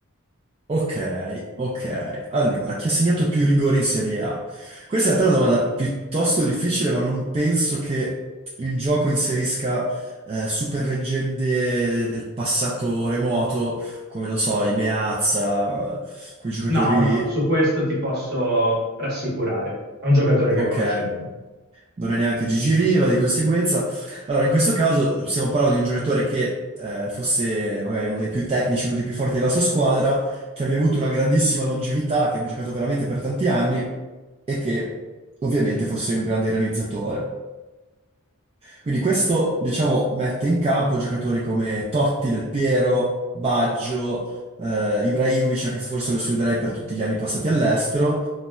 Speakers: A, on the right; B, on the right.
A: Ok, ok. Allora, chi ha segnato più rigori in Serie A? Questa in realtà è una domanda piuttosto difficile, ma non penso che il gioco inserisca eh, super leggende del passato remoto, come non so, i Meazza, quei giocatori
B: No,
A: lì.
B: no, su questo ti posso rassicurare. È un giocatore che
A: Ok.
B: conosci bene.
A: non è neanche Gigi Riva, di conseguenza. Allora, in questo caso stiamo parlando di un giocatore che eh, fosse magari uno dei più tecnici, uno dei più forti della sua squadra, che abbia avuto una grandissima longevità, che abbia giocato veramente per tanti anni e che ovviamente fosse un grande realizzatore. Quindi questo, diciamo, mette in campo giocatori come Totti, Del Piero, Baggio, eh, Ibrahimovic, anche se forse lo escluderei per tutti gli anni passati all'estero.